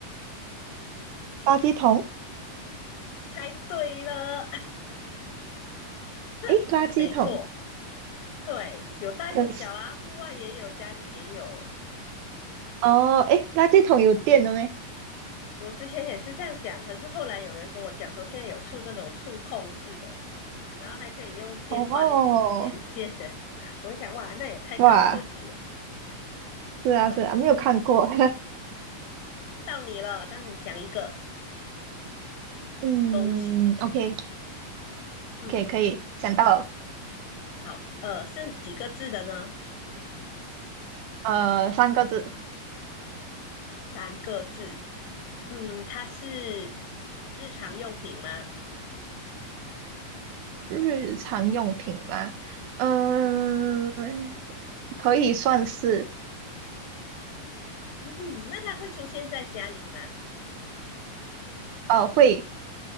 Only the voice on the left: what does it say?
猜对了，
<laughs>
没错，对，有大有小啊，
户外也有，家里也有。
我之前也是这样想，可是后来有人跟我讲说，现在有触那种触控式的，然后还可以用电话连连线的，
<laughs> 我就想哇，那也太高科技了。
对，
到你了，让你想一个
东西。嗯，
好，呃，是几个字的呢？
三个字。嗯，它是日常用品吗？
嗯，<clears throat> 那它会出现在家里吗？